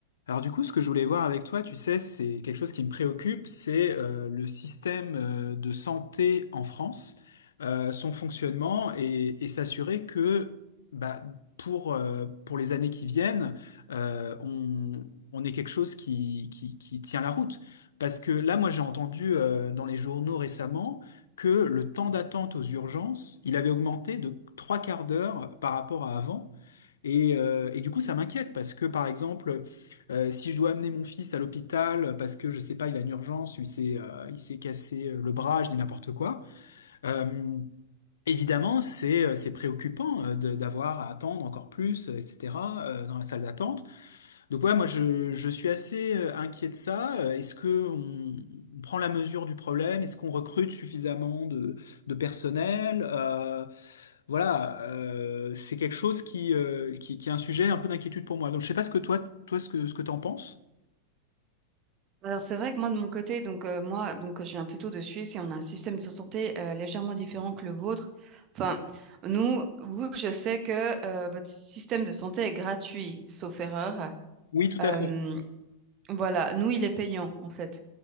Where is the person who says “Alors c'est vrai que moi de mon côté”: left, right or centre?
Right